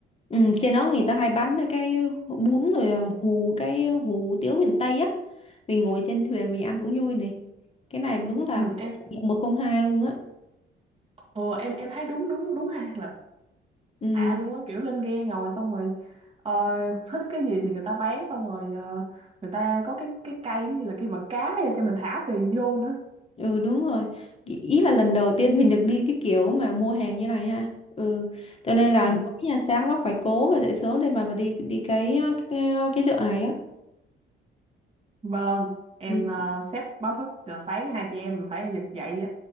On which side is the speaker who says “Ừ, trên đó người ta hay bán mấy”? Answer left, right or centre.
Left